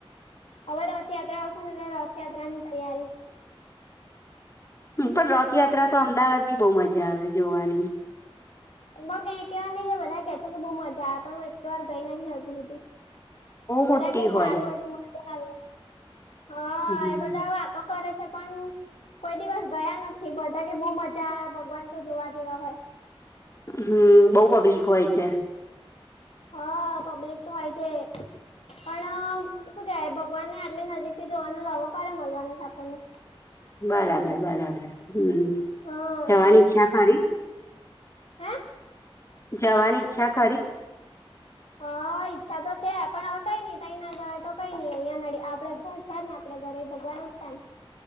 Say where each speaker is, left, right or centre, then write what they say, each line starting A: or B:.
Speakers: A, on the left (about 85°); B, on the left (about 30°).
A: હવે રથયાત્રા આવશે ને એલે રથયાત્રા ની તૈયારી
B: પણ રથયાત્રા તો અમદાવાદ ની બહુ મજા આવે જોવાની
A: મં એકવાર નહી ગ બધા કે છે કે બહુ મજા આવે પણ હું એક વાર ગઈ નહિ હજુ સુધી
B: બહુ
A: બધા
B: મોટી
A: કે સારું
B: હોય
A: હો છે મજા આવે હા
B: હમ
A: એ બધા વાત તો કરે છે પણ કોઈ દિવસ ગયા નથી બધા કે બહુ મજા ભગવાન તો જોવા જેવા હોય
B: હમ બહુ પબ્લિક હોય છે
A: હા પબ્લિક તો વય છે પણ શું કેવાય ભગવાન ને આટલે નજીક થી જોવાનો લાવો ક્યારે મળવાનો છે આપણને
B: બરાબર બરાબર હમ
A: હા
B: જવાની
A: એટલે
B: ઈચ્છા ખરી
A: હે
B: જવાની ઈચ્છા કરી
A: હ ઈચ્છા તો છે પણ હવે કઈ નઈ તઈ ના જવાય તો કઈ નઈ અહિયાં ન આપડે ઘર છે ને આપણે ઘરે ભગવાન જ છે ને